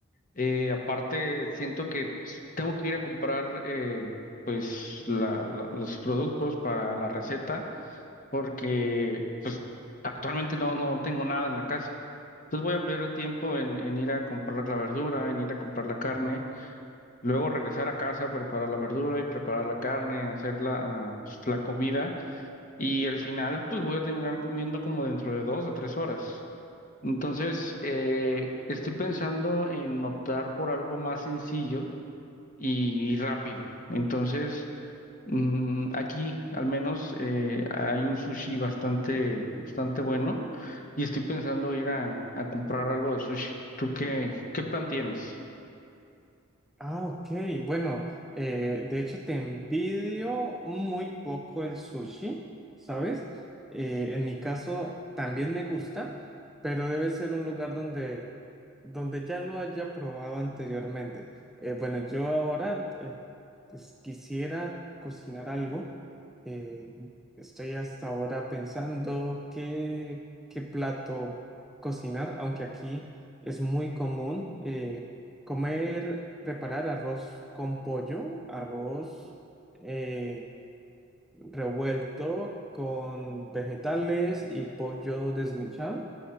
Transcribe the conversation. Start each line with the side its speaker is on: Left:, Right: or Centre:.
Left: Eh, aparte, siento que tengo que ir a comprar eh, la- la- los productos para la receta porque pues actualmente no, no tengo nada en la casa. Entonces voy a perder tiempo en, en ir a comprar la verdura, en ir a comprar la carne, luego regresar a casa, preparar la verdura y preparar la carne, hacer la, ah, pues, la comida. Y al final, pues voy a terminar comiendo como dentro de dos o tres horas. Entonces, eh, estoy pensando en optar por algo más sencillo y, rápido. Entonces, mm, aquí al menos eh, hay un sushi bastante, bastante bueno y estoy pensando ir a, a comprar algo de sushi. ¿Tú qué, qué plan tienes?
Centre: Ah, ok. Bueno, eh, de hecho te envidio muy poco el sushi, ¿sabes? Eh, en mi caso también me gusta, pero debe ser un lugar donde, donde ya lo haya probado anteriormente. Eh, bueno, yo ahora eh, pues, quisiera cocinar algo. Eh, estoy hasta ahora pensando qué, qué plato cocinar, aunque aquí es muy común. eh, Comer, preparar arroz con pollo, arroz eh, revuelto con vegetales y pollo desmechado.